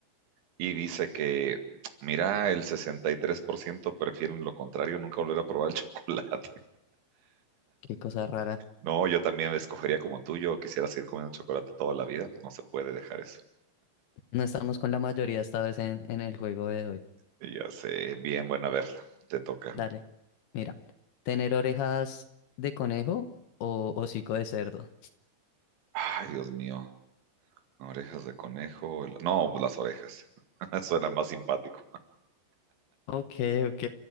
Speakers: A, on the right; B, on the left.
A: y dice que, mira, el 63% prefieren lo contrario, nunca volver a probar el <laughs> chocolate.
B: Qué cosa rara.
A: No, yo también escogería como tú, yo quisiera seguir comiendo chocolate toda la vida, pues no se puede dejar eso.
B: No estamos con la mayoría esta vez en, en el juego de hoy.
A: Y ya sé, bien, bueno, a ver, te toca.
B: Dale. Mira, ¿tener orejas de conejo o hocico de cerdo?
A: Ay, Dios mío, orejas de conejo. el- No, pues las orejas. <laughs> Suena más simpático.
B: Ok, ok.